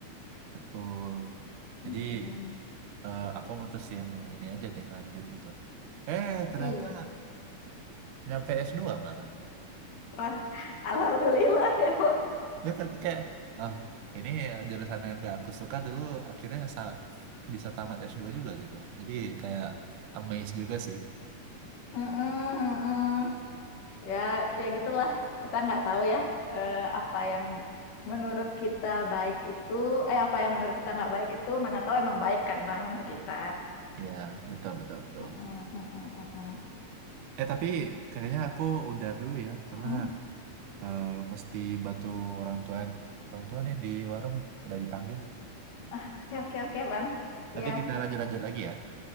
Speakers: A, on the right (about 80°); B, on the left (about 85°).
A: betul. Jadi
B: Mm-mm.
A: uh, aku mutusin ini aja deh lanjut gitu. Eh ternyata
B: Iya.
A: nyampe s dua malah.
B: Wah, <laughs> alhamdulillah ya, bu
A: dia kan kayak oh ini jurusan yang gak aku suka dulu akhirnya sa- bisa tamat s dua juga gitu loh jadi kayak amazed juga sih
B: Mm-mm, mm-mm. Ya, ya gitulah. Kita nggak tahu ya eh, apa yang menurut kita baik itu, eh apa yang menurut kita nggak baik itu, mana tahu emang baik kan Bang untuk kita.
A: Iya, betul betul betul
B: Mm-mm, mm-mm, mm-mm.
A: eh tapi kayaknya aku udah dulu ya karena
B: Mm-mm.
A: eh, mesti bantu orang tua orang tua nih di warung udah dipanggil
B: Oke, oke, oke Bang. Ya,
A: nanti kita lanjut-lanjut lagi ya